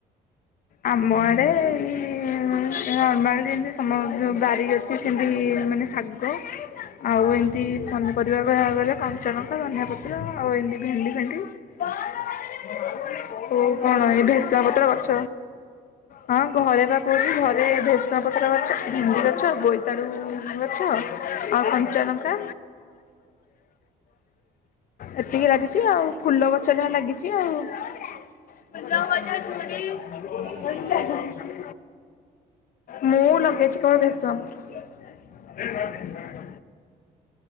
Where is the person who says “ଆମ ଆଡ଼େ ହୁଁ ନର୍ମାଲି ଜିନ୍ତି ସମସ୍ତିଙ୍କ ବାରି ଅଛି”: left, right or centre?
Left